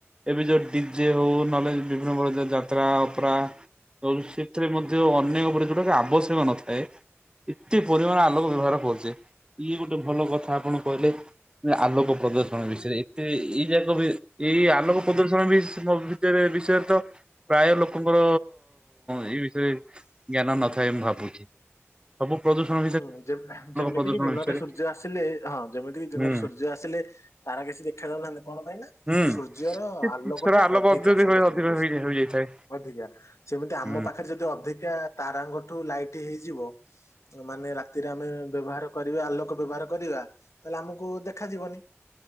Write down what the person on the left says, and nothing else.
ହଁ।
ହୁଁ ଯେମ୍ ଯେମିତିକି
ଦିନରେ
ସୂର୍ଯ୍ୟ ଆସିଲେ ହଁ ଯେମିତିକି ଦିନରେ
ସୂର୍ଯ୍ୟ ଆସି ଆସିଲେ ତାର କିଛି ଦେଖା ଯାଉନାହାନ୍ତି କଣ ପାଇଁ ନା
ସୂର୍ଯ୍ୟର
ଆଲୋକ
ଟା ଅଧିକା
ସମସ୍ତଙ୍କଠୁ
ସେ ଅଧିକା ସେମିତି
ଆମ ପାଖରେ ଯଦି ଅଧିକା ତାରାଙ୍ଗଠୁ ଲାଇଟ୍ ହେଇଯିବ। ମାନେ ରାତିରେ ଆମେ ବ୍ୟବହାର କରିବା ଆଲୋକ ବ୍ୟବହାର କରିବା ତାହେଲେ ଆମକୁ ଦେଖାଯିବନି।